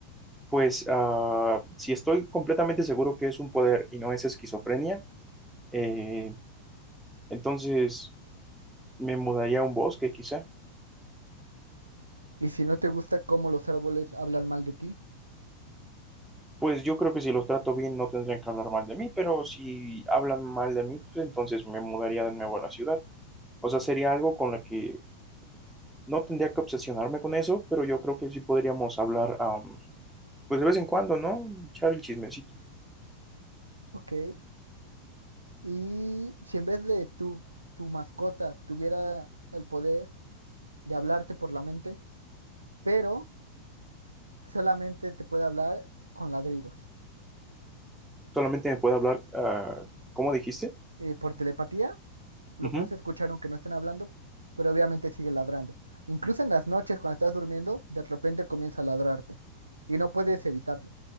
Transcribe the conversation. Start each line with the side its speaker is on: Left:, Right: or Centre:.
Centre: pues ah, si estoy completamente seguro que es un poder y no es esquizofrenia, eh, entonces me mudaría a un bosque quizá.
Right: Y si no te gusta cómo los árboles hablan mal de ti,
Centre: Pues yo creo que si los trato bien no tendrían que hablar mal de mí, pero si hablan mal de mí, pues entonces me mudaría de nuevo a la ciudad. O sea, sería algo con lo que no tendría que obsesionarme con eso, pero yo creo que sí podríamos hablar, am, pues de vez en cuando, ¿no? Echar el chismecito.
Right: ok. Y si en vez de tú, tu mascota tuviera el poder de hablarte por la mente, pero solamente te puede hablar con ladridos.
Centre: Solamente me puede hablar, ah, ¿cómo dijiste?
Right: Eh, por telepatía, lo
Centre: Ujú.
Right: puedes escuchar aunque no estén hablando, pero obviamente sigue ladrando. Incluso en las noches, cuando estás durmiendo, de repente comienza a ladrarte y no puedes evitarlo.